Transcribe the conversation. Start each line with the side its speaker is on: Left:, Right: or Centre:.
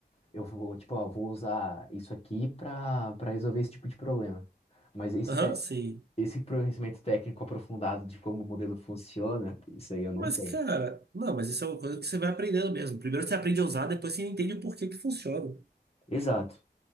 Left: Eu vou, tipo, ó, vou usar isso aqui pra, para resolver esse tipo de problema. Mas esse,
Right: Aham,
Left: te-
Right: sim.
Left: esse conhecimento técnico aprofundado de como o modelo funciona, isso aí eu não
Right: Mas,
Left: tenho.
Right: cara, não, mas isso é uma coisa que você vai aprendendo mesmo. Primeiro você aprende a usar, depois você entende o porquê que funciona.
Left: Exato.